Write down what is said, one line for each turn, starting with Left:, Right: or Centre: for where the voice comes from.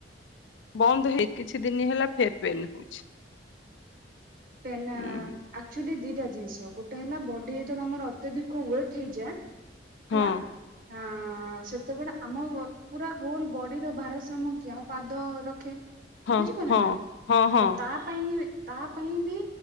Left: ବନ୍ଦ ହେଇ କିଛି ଦିନ ହେଲା ଫେର୍ ଫେନ୍ ହଉଛି।
Right: ପେନେ-ଏ
Left: ହୁଁ
Right: ଆକ୍ଚୁଲି ଦିଟା ଜିନିଷ, ଗୋଟେ ହେଲା ବଡି ଯେତେବେଳେ ଆମର ଅତ୍ୟଧିକ ୱେଟ୍ ହେଇଯା
Left: ହଁ
Right: ହେଲା ଆଁ-ଆ ସତେବେଳେ ଆମ ପୁରା ହୋଲ ବଡିର ଭାରସାମ୍ୟ କିଏ! ଆମ ପାଦ ରଖେ।
Left: ହଁ
Right: ବୁଝି ପାଇଲ
Left: ହଁ
Right: ନା।
Left: ହଁ
Right: ତ ତା, ପାଇଁ ତା ପାଇଁ ବି